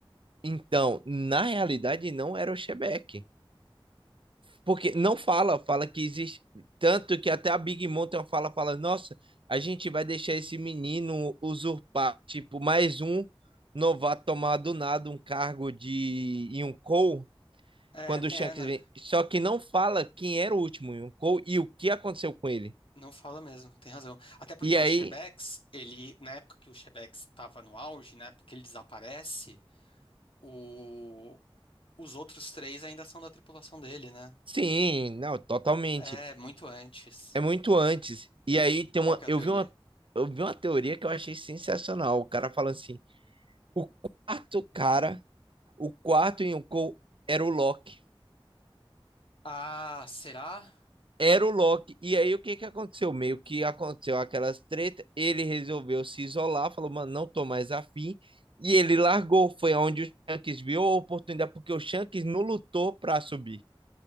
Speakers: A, on the right; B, on the left.
A: Então, na realidade, não era o Shebeck. Porque não fala, fala que existe. Tanto que até a Big Mom tem uma fala, fala, nossa, a gente vai deixar esse menino usurpar, tipo, mais um novato tomar do nada um cargo de Yonkou
B: É,
A: quando o
B: é,
A: Shanks
B: na-
A: vem. Só que não fala quem era o último Yonkou e o que aconteceu com ele.
B: não fala mesmo, tem razão. Até porque
A: E
B: o
A: aí,
B: Shebex, ele, na época que o Shebex estava no auge, né, porque ele desaparece, o, os outros três ainda são da tripulação dele, né?
A: sim, não, totalmente.
B: É, muito antes.
A: É muito antes. E
B: E
A: aí tem
B: qual
A: uma.
B: que é a
A: Eu
B: teoria?
A: vi uma, eu vi uma teoria que eu achei sensacional. O cara falando assim: o quarto cara O quarto Yonkou era o Loki.
B: Ah, será?
A: Era o Loki. E aí o que que aconteceu? Meio que aconteceu aquelas tretas, ele resolveu se isolar, falou, mano, não tô mais afim. E ele largou. Foi onde o Shanks viu a oportunidade, porque o Shanks não lutou pra subir.